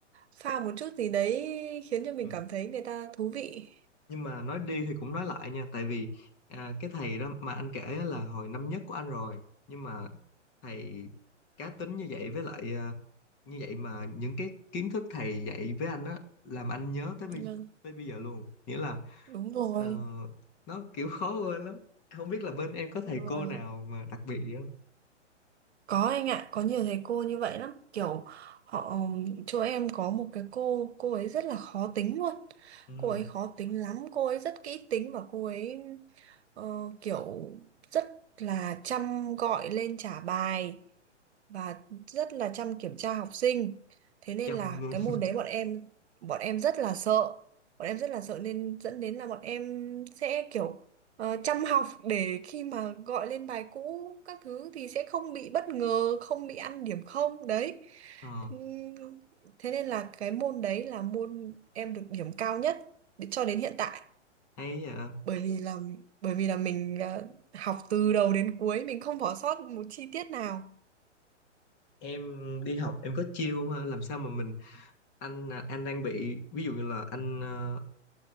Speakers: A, on the right (about 60°); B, on the left (about 30°).
A: pha một chút gì đấy khiến cho mình
B: Ừ.
A: cảm thấy người ta thú vị.
B: nhưng mà nói đi thì cũng nói lại nha tại vì à, cái thầy đó mà anh kể á là hồi năm nhất của anh rồi nhưng mà thầy cá tính như vậy với lại à, như vậy mà những cái kiến thức thầy dạy với anh á làm anh nhớ tới bây
A: Vâng,
B: tới bây giờ luôn nghĩa là
A: đúng rồi.
B: ờ, nó kiểu khó quên lắm không biết là bên em có thầy
A: Ừ,
B: cô nào mà đặc biệt gì không
A: Có anh ạ, có nhiều thầy cô như vậy lắm Kiểu họ chỗ em có một cái cô Cô ấy rất là khó tính luôn
B: ừ,
A: Cô ấy khó tính lắm Cô ấy rất kỹ tính và cô ấy ờ, kiểu rất là chăm gọi lên trả bài và rất là chăm kiểm tra học sinh thế nên
B: chăm
A: là
B: luôn
A: cái môn đấy bọn em bọn em rất là sợ bọn em rất là sợ nên dẫn đến là bọn em sẽ kiểu ờ, chăm học để khi mà gọi lên bài cũ các thứ thì sẽ không bị bất ngờ không bị ăn điểm không đấy
B: ờ
A: Ừm, thế nên là cái môn đấy là môn em được điểm cao nhất cho đến hiện tại
B: hay vậy
A: bởi vì là bởi vì là mình à, học từ đầu đến cuối mình không bỏ sót một chi tiết nào
B: em đi học em có chiêu không ha? làm sao mà mình anh à, anh đang bị ví dụ như là anh à,